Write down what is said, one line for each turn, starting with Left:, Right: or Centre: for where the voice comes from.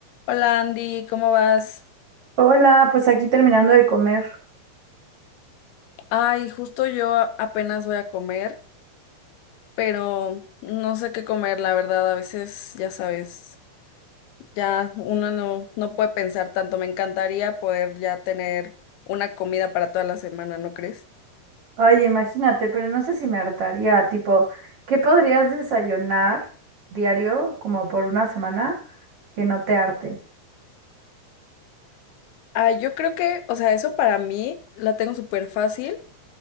Left: Hola Andy, ¿cómo vas?
Right: Hola, pues aquí terminando de comer.
Left: Ay, justo yo a- apenas voy a comer, pero no sé qué comer, la verdad, a veces, ya sabes, ya uno no, no puede pensar tanto. Me encantaría poder ya tener una comida para toda la semana, ¿no crees?
Right: Ay, imagínate, pero no sé si me hartaría, tipo, ¿qué podrías desayunar diario como por una semana que no te harte?
Left: Ay, yo creo que, o sea, eso para mí la tengo súper fácil